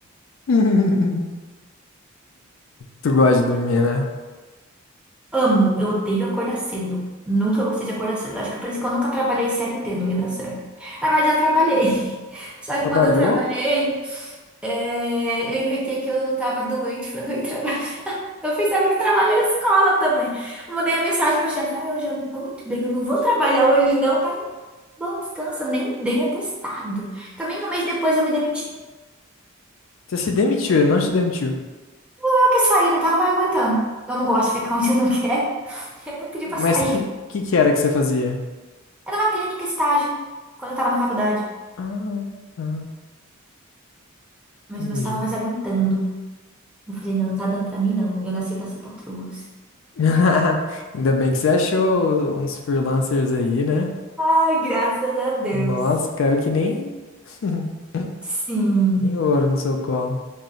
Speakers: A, on the left; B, in the centre.
A: <laughs> Tu gosta de dormir, né?
B: Amo, eu odeio acordar cedo. Nunca gostei de acordar cedo. Acho que é por isso que eu nunca trabalhei CLT, não ia dar certo. Na verdade, já trabalhei. <laughs> Só
A: Trabalhou?
B: que quando eu trabalhei, É, eu inventei que eu tava doente pra não ir <laughs> trabalhar. Eu pensava que trabalho era escola também. Eu mandei a mensagem pro chefe: Ai, hoje eu não tô muito bem, eu não vou trabalhar hoje, não. Tá bom, descansa, nem dei atestado. Também um mês depois eu me demiti.
A: Você se demitiu, ele não te demitiu.
B: Eu que saí, não tava mais aguentando. Eu não gosto de ficar <laughs> onde eu não quero. <laughs> Eu pedi
A: Mas
B: pra sair.
A: que que que era que você fazia?
B: Era uma clínica estágio, quando eu tava na faculdade,
A: Ah, tá,
B: mas
A: entendi.
B: eu não estava mais aguentando. Eu falei: Não, não tá dando pra mim, não. Eu nasci pra ser patroa.
A: <laughs> Ainda bem que você achou uns freelancers aí, né?
B: <laughs> Ai, graças a Deus.
A: Nossa, caiu que nem, <laughs>
B: Sim.
A: nem ouro no seu colo.